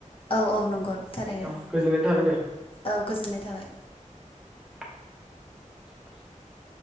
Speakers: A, on the left (about 45°); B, in the centre.
A: औ औ नंगौ थारैनो
B: औ गोजोननाय थाबाय दे
A: औ गोजोननाय थाबाय
B: <inaudible>